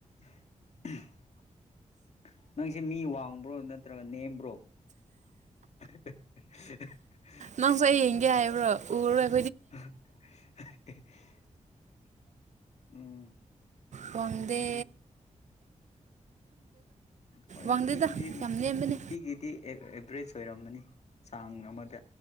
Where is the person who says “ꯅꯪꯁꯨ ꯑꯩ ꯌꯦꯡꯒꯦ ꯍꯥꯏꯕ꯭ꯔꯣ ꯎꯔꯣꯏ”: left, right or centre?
Right